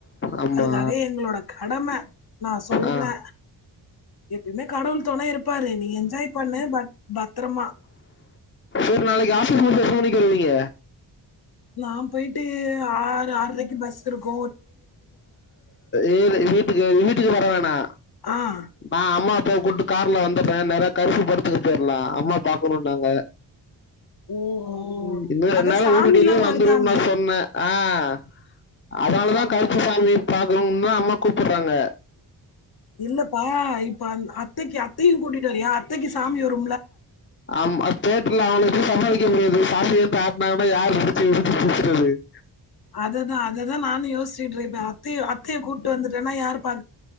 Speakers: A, on the left; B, on the left.
A: ஆமா.
B: அதுக்காக எங்களோட கடம நா சொல்றே
A: ஆ.
B: எப்பயுமே கடவுள் தொனை இருப்பாரு நீ என்ஜாய் பண்ணு பட் பத்ரமா
A: சரி நாளைக்கு ஆபீஸ் முடிஞ்சு எத்தன மணிக்கு வருவீங்க
B: நா போயிட்டு ஆறு ஆரைக்கு பஸ் இருக்கு
A: ஏழு <unintelligible> கு வீட்டுக்கு வரவேனா
B: ஆஹ்
A: நா அம்மா அப்பா கூப்டு கார்ல வந்துறே நேரா கருப்பு படத்துக்கு போயிரலா அம்மா பாக்கனுன்னாங்க
B: ஓ ஓ.
A: ம் இன்னு ரெண்டு
B: அதான்
A: நாள்ள
B: சாமி
A: ஓ டி டிலயே
B: எல்லாம் வருதாமே
A: வந்துருன்னு நா சொன்னே ஆஹ் அதுனாலதா
B: சாமி
A: கருப்பு சாமி பாக்கணுன்னு தா அம்மா கூப்பட்றாங்க
B: இல்ல பா இப்ப அ அத்தைக்கு அத்தையு கூட்டிட்டு வரியா அத்தைக்கி சாமி வரு
A: ஆமா தேட்ருல அவுங்கள வச்சு சமாளிக்க முடியாது சாமி அப்பு ஆட்னாங்கனா யாரு புடுச்சு <inaudible>
B: அததான் அததான் நானும் யோஷ்ச்சுட்ருக்கறே அத்தைய அத்தைய கூட்டு வந்துட்டேன்னா யாரு பா